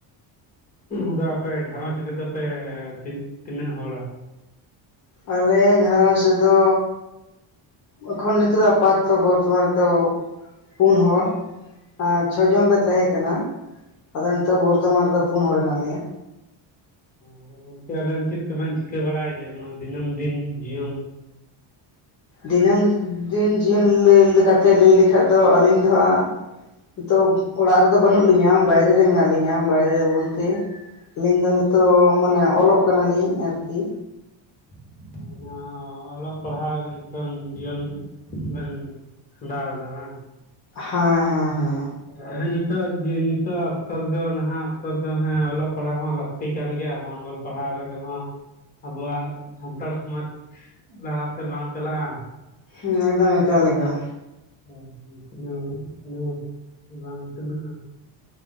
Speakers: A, on the left (about 20°); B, on the left (about 40°).
A: ᱟᱫᱚ ᱟᱯᱮ ᱜᱷᱟᱨᱚᱡᱽ ᱨᱮᱫᱚ ᱯᱮ ᱛᱤᱱᱟᱹᱜ ᱦᱚᱲ- ᱟ
B: ᱟᱞᱮ ᱜᱷᱟᱨᱚᱸᱡᱽ ᱨᱮᱫᱚ ᱚᱠᱷᱚᱱ ᱱᱤᱛ ᱫᱚᱯᱟᱨ ᱛᱚ ᱵᱚᱨᱛᱚᱢᱟᱱ ᱫᱚᱚ ᱯᱩᱱ ᱦᱚᱲ ᱪᱷᱚ ᱡᱚᱱᱞᱮ ᱛᱟᱦᱮᱸ ᱠᱟᱱᱟ ᱟᱫᱚ ᱱᱤᱛᱚᱜ ᱵᱚᱨᱫᱷᱚᱢᱟᱱ ᱨᱮᱫᱚ ᱯᱩᱱ ᱦᱚᱲ ᱦᱮᱱᱟᱜ ᱞᱮᱭᱟ
A: ᱟᱫᱚ ᱜᱚᱝᱠᱮ ᱟᱵᱮᱱ ᱪᱮᱫ ᱠᱚᱵᱮᱱ ᱪᱤᱠᱟᱹ ᱵᱟᱲᱟᱭ ᱜᱮᱭᱟ ᱱᱚᱣᱟ ᱫᱤᱱᱟᱹᱢ ᱫᱤᱱ ᱡᱤᱭᱚᱱ
B: ᱫᱤᱱᱟᱹᱢ ᱫᱤᱱ ᱡᱤᱭᱚᱱᱟᱹᱭ ᱞᱮᱠᱟᱛᱮ ᱞᱟᱹᱭ ᱞᱮᱠᱷᱟᱱ ᱫᱚ ᱟᱹᱞᱤᱧ ᱫᱚ ᱦᱟᱸᱜ ᱱᱤᱛᱚᱜ ᱚᱲᱟᱜ ᱨᱮᱫᱚ ᱵᱟᱹᱱᱩᱜ ᱞᱤᱧᱟ ᱵᱟᱭᱨᱮ ᱨᱮ ᱢᱮᱱᱟᱜ ᱞᱤᱧᱟ ᱵᱟᱭᱨᱮ ᱵᱚᱞᱛᱮ ᱟᱹᱞᱤᱧ ᱫᱚ ᱱᱤᱛᱚᱜ ᱢᱟᱱᱮ ᱚᱞᱚᱜ ᱠᱟᱱᱟᱞᱤᱧ ᱟᱨᱠᱤ
A: <unintelligible> ᱦ ᱚᱞᱚᱜ ᱯᱟᱲᱦᱟᱜ ᱮᱠᱷ ᱡᱤᱭᱚᱱ ᱵᱮᱱ ᱠᱷᱟᱸᱰᱟᱣ ᱮᱫᱟ ᱵᱟᱝ
B: ᱦᱮᱸ ᱦᱮᱸ ᱦᱮᱸ
A: <unintelligible> ᱦ ᱱ ᱱᱤᱛᱚᱜ ᱡᱮ ᱱᱤᱛᱚᱜ ᱚᱠᱛᱚ ᱨᱮᱫᱚ ᱱᱟᱦᱟᱜ ᱚᱠᱛᱚ ᱫᱚ ᱦᱮᱸ ᱚᱞᱚᱜ ᱯᱟᱲᱦᱟᱣ ᱦᱚᱸ ᱞᱟᱹᱠᱛᱤ ᱠᱟᱱ ᱜᱮᱭᱟ ᱵᱟᱝ ᱚᱞ ᱯᱟᱲᱦᱟᱣ ᱨᱮᱦᱚᱸ ᱟᱵᱚᱣᱟᱜ ᱥᱟᱱᱛᱟᱲ ᱥᱚᱢᱟᱡᱽ ᱞᱟᱦᱟ ᱥᱮᱫ ᱵᱟᱝ ᱪᱟᱞᱟᱜᱼᱟ
B: ᱦᱮᱸ ᱮᱠᱫᱚᱢᱠᱟᱞᱮᱠᱟᱞ
A: ᱟᱨ ᱩᱛᱱᱟᱹᱣ ᱩᱛᱱᱟᱹᱣ ᱵᱟᱝ ᱩᱛᱱᱟᱹᱜᱼᱟ